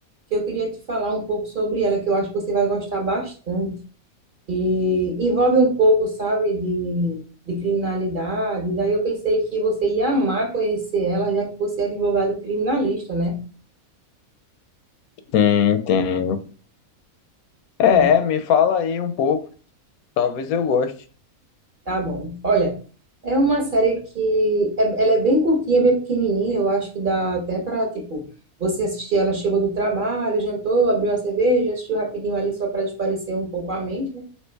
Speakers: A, on the right (about 45°); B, on the left (about 85°).
A: que eu queria te falar um pouco sobre ela, que eu acho que você vai gostar bastante. E envolve um pouco, sabe, de, de criminalidade. Daí eu pensei que você ia amar conhecer ela, já que você é advogado criminalista, né?
B: Sim, entendo. É,
A: Pronto,
B: me fala aí um pouco. Talvez eu goste.
A: tá bom. Olha. É uma série que é- ela é bem curtinha, bem pequenininha. Eu acho que dá até para, tipo, você assistir. Ela chegou do trabalho, jantou, abriu a cerveja, assistiu rapidinho ali só para espairecer um pouco a mente, né?